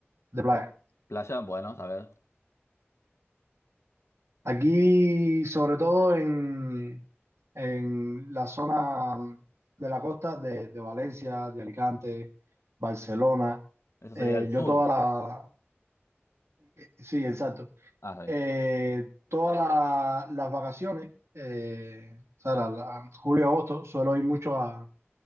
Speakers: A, on the right; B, on the left.
A: de playa.
B: Playa, bueno, a ver.
A: Aquí, sobre todo en, en la zona de la costa de, de Valencia, de Alicante, Barcelona,
B: Eso
A: eh,
B: sería el sur.
A: yo toda la... Sí, exacto.
B: Ah, está bien.
A: eh, todas la- las vacaciones, eh, o sea, la- la- julio y agosto, suelo ir mucho a,